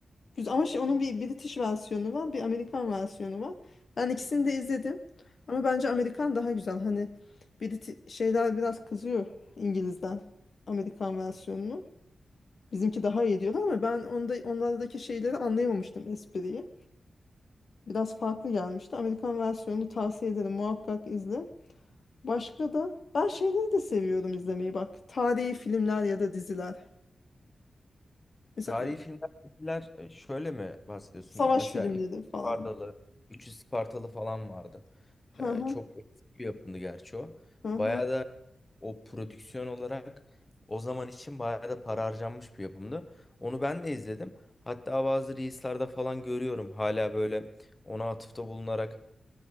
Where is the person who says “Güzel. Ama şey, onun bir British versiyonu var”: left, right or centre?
Left